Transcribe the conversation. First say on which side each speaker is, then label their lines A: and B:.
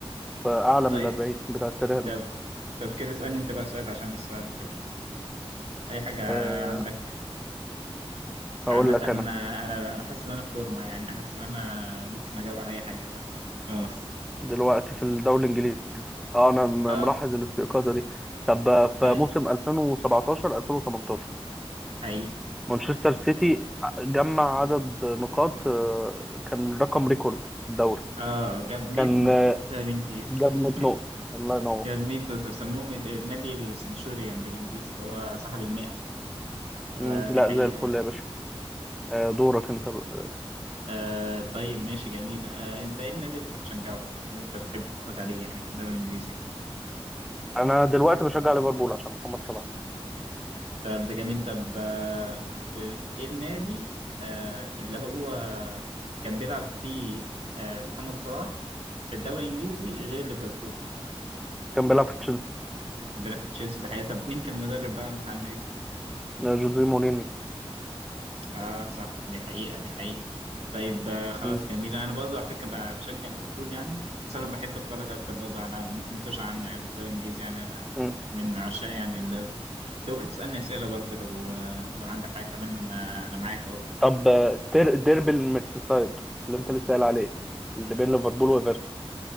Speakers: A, in the centre; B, on the right.
A: فاعلى
B: طيب
A: من ال 40 بتاع تيري هنري
B: طب طب كده اسألني أنت بقى سؤال عشان أسألك كده اي حاجه
A: آه،
B: عندك عامه
A: اقول لك
B: انا
A: انا
B: انا انا حاسس ان انا في فورمه يعني حاسس ان انا ممكن اجاوب على اي حاجه دلوقتي خلاص
A: دلوقتي في الدوري الانجليزي اه انا م-
B: اه
A: ملاحظ الاستيقاظه دي طب آه، في
B: أي-
A: موسم 2017 2018
B: حقيقي
A: مانشستر سيتي آه، جمع عدد نقاط آه، كان رقم ريكورد في الدوري
B: اه جاب 100
A: كان
B: نقطه
A: آه،
B: في تمرين كيس
A: جاب 100
B: <laughs>
A: نقطة الله ينور
B: جاب 100 نقطه بيسموهم ال- النادي السنشوريان بالانجليزي اللي هو صاحب المئة آه،
A: مم.
B: دي
A: لا
B: حقيقه
A: زي الفل
B: يعني
A: يا باشا آه، دورك انت بقى.
B: آه طيب ماشي جميل آه انت ايه النادي اللي انت بتشجعه او انت بتحب تتفرج عليه يعني في الدوري الانجليزي
A: انا دلوقتي بشجع ليفربول عشان محمد صلاح
B: طب ده جميل طب آه، ب... ايه النادي آه، اللي هو كان بيلعب فيه آه، محمد صلاح في الدوري الانجليزي غير ليفربول
A: كان بيلعب في تشيلسي
B: بيلعب في تشيلسي ده حقيقة طب مين كان المدرب بقى بتاع النادي
A: آه، جوزيه مورينيو
B: اه صح دي حقيقة دي حقيقة طيب آه، خلاص
A: مم.
B: جميل انا برضه على فكرة ب- بشجع ليفربول يعني بس انا بحب اتفرج اكتر برضه على ماتش عامة يعني في الدوري الانجليزي يعني انا
A: مم.
B: من عشاق يعني الدوري انت ممكن تسألني اسئلة برضه لو آه، لو عندك حاجة كمان انا انا معاك اهو
A: طب آه، تر- ديربي الميرسيسايد اللي انت لسه قايل عليه اللي بين ليفربول وايفرتون